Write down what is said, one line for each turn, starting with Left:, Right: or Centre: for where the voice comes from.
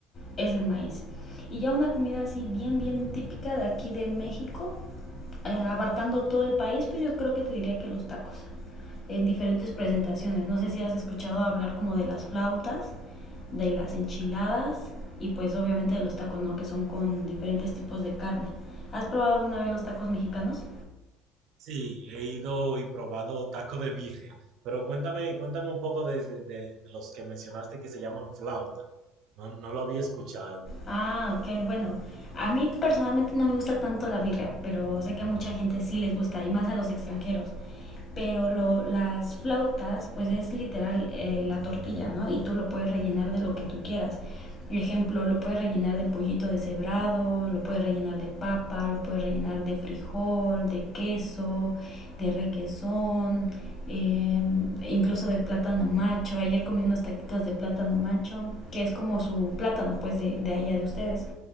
Left: es el maíz. Y ya una comida así bien, bien típica de aquí de México eh, abarcando todo el país, pues yo creo que te diría que los tacos, en diferentes presentaciones. No sé si has escuchado hablar como de las flautas, de las enchiladas y pues obviamente de los tacos, ¿no? Que son con diferentes tipos de carne. ¿Has probado alguna vez los tacos mexicanos?
Right: Sí, he ido y probado taco de birria, pero cuéntame, cuéntame un poco de, de- de- de los que mencionaste que se llaman flauta. No, no lo había escuchado.
Left: Ah, ok, bueno. A mí personalmente no me gusta tanto la birria, pero sé que a mucha gente sí les gusta, y más a los extranjeros. Pero lo, las flautas, pues es literal eh, la tortilla, ¿no? Y tú lo puedes rellenar de lo que tú quieras. Por ejemplo, lo puedes rellenar de pollito deshebrado, lo puedes rellenar de papa, lo puedes rellenar de frijol, de queso, de requesón, eh, incluso de plátano macho. Ayer comí unos taquitos de plátano macho, que es como su plátano, pues, de, de allá de ustedes.